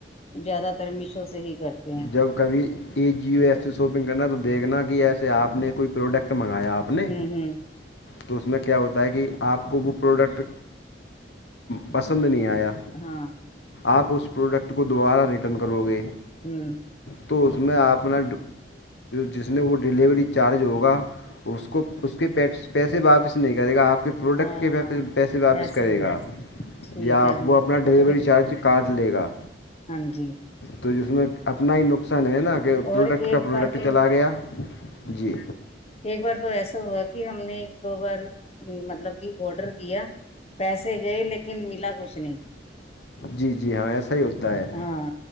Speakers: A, on the left; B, on the left.
A: زیادہ تر میشو سے ہی کرتے ہیں
B: جب کبھی اے جیو ایف سے شاپنگ کرنا تو دیکھنا کہ ایسے آپ نے کوئی پروڈکٹ منگایا آپ نے
A: ہوں ہوں
B: تو اس میں کیا ہوتا ہے کہ آپ کو وہ پروڈکٹ پسند نہیں آیا
A: ہاں
B: آپ اس پروڈکٹ کو دوبارہ ریٹرن کرو گے
A: ہوں
B: تو اس میں آپنا جس میں وہ ڈلیوری چارج ہوگا اس کو اس کے پیسے واپس نہیں کرے گا آپ کے پروڈکٹ
A: ہاں
B: کے
A: ہاں
B: پیسے واپس کرے
A: بھی
B: گا
A: ٹھیک
B: جی آپ
A: ہے
B: وہ اپنا ڈلیوری
A: تو پھر
B: چارج کاٹ لے گا
A: ہاں جی
B: تو جس میں اپنا ہی نقصان ہے نا کے پروڈکٹ
A: اور ایک
B: کا پروڈکٹ
A: بار تو
B: چلا گیا جی
A: ایک بار تو ایسا ہوا کہ ہم نے دو بار مطلب کہ آڈر کیا پیسے گئے لیکن ملا کچھ نہیں
B: جی جی ہاں ایس صحیح ہوتا ہے
A: ہاں